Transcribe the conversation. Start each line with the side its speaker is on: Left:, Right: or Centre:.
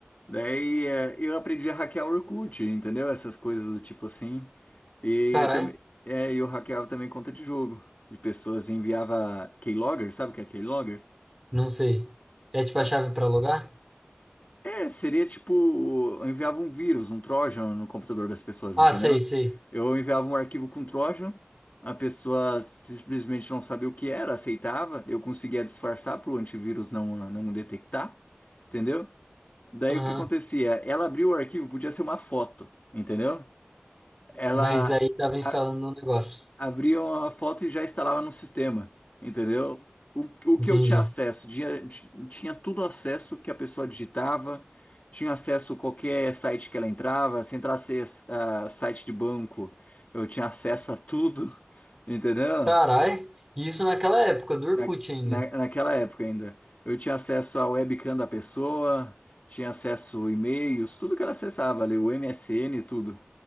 Left: Daí é, eu aprendi a hackear o Orkut, entendeu? Essas coisas do tipo assim. E
Centre: Caralho,
Left: eu também, é, e eu hackeava também conta de jogo. De pessoas enviava keylogger, sabe o que é keylogger?
Centre: não sei. É tipo
Left: É,
Centre: a chave pra logar?
Left: é, seria tipo, eu enviava um vírus, um Trojan no computador das pessoas,
Centre: Ah,
Left: entendeu?
Centre: sei, sei.
Left: Eu enviava um arquivo com Trojan, a pessoa simplesmente não sabia o que era, aceitava, eu conseguia disfarçar para o antivírus não, não detectar, entendeu? Daí
Centre: Aham.
Left: o que acontecia? Ela abriu o arquivo, podia ser uma foto, entendeu? ela
Centre: Mas aí tava instalando
Left: a-
Centre: um negócio.
Left: abria uma foto e já instalava no sistema, entendeu? O, o
Centre: Entendi.
Left: que eu tinha acesso, tinha, tinha tudo acesso que a pessoa digitava, tinha acesso a qualquer site que ela entrava, se entrasse a site de banco, eu tinha acesso a tudo, <laughs> entendeu?
Centre: Carai, isso naquela época do Orkut
Left: Na,
Centre: ainda.
Left: na, naquela época ainda. Eu tinha acesso à webcam da pessoa, tinha acesso a e-mails, tudo que ela acessava ali, o MSN e tudo,